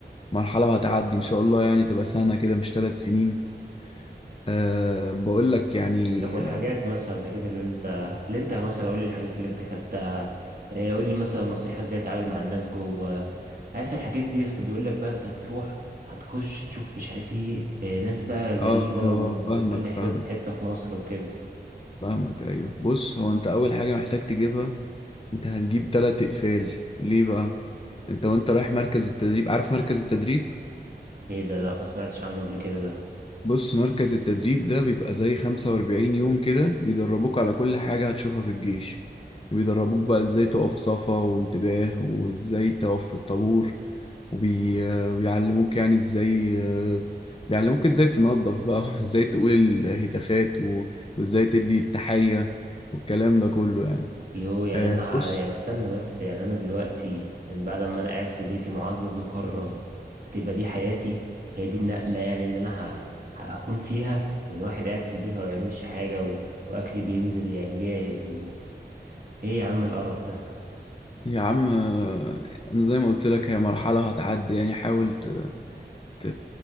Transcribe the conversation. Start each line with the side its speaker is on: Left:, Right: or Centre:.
Left: مرحلة وهتعدي ان شاء الله يعني تبقى سنة كده مش ثلاث سنين أه بقول لك يعني
Right: طب والحاجات
Left: اه
Right: مثلا الحاجات اللي انت اللي انت مثلا قول لي الحاجات اللي انت خدتها قول لي مثلا نصيحة ازاي اتعامل مع الناس جوه عارف الحاجات دي يسطا بيقول لك بقى انت هتروح هتخش تشوف مش عارف ايه آه، ناس بقى غريبة
Left: آه، آه،
Right: ومن
Left: فاهمك
Right: كل
Left: فاهمك
Right: حتة حتة في مصر وكده
Left: فاهمك ايوه بص هو انت اول حاجه محتاج تجيبها انت هتجيب تلات اقفال ليه بقى انت وانت رايح مركز التدريب عارف مركز التدريب
Right: ايه ده لا ما سمعتش عنه قبل كده ده
Left: بص مركز التدريب ده بيبقى زي 45 يوم كده بيدربوك على كل حاجه هتشوفها في الجيش بيدربوك بقى ازاي تقف صفا وانتباه وازاي تقف في الطابور وبيعلموك يعني ازاي آه، بيعلموك ازاي تنظف بقى <laughs> وازاي تقول الهتافات و- وازاي تدي التحيه والكلام ده كله يعني
Right: يو يعني
Left: آه،
Right: انا ه-
Left: بص
Right: يعني استنى بس يعني انا دلوقتي من بعد ما انا قاعد في بيتي معزز مكرم هتبقى دي حياتي هي دي النقلة يعني اللي انا ه... ه- هكون فيها من واحد قاعد في البيت ما بيعملش حاجة و... واكلي بينزل يعني جاهز و... ايه يا عم القرف ده
Left: يا عم آه، انا زي ما قلت لك هي مرحلة هتعدي يعني حاول ت... ت...